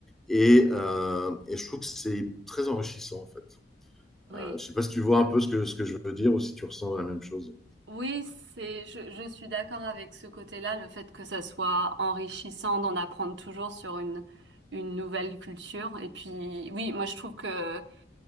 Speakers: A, in the centre; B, on the right.
A: Et, euh, et je trouve que c'est très enrichissant en fait.
B: Oui.
A: Euh, je ne sais pas si tu vois un peu ce que, ce que je veux dire ou si tu ressens la même chose.
B: Oui, c'est, je, je suis d'accord avec ce côté-là, le fait que ça soit enrichissant d'en apprendre toujours sur une, une nouvelle culture. Et puis, oui, moi je trouve que, euh,